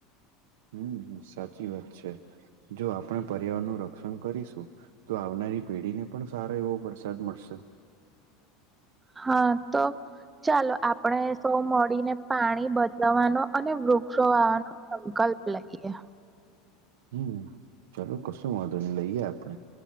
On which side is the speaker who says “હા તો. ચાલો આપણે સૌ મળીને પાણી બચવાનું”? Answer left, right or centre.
Right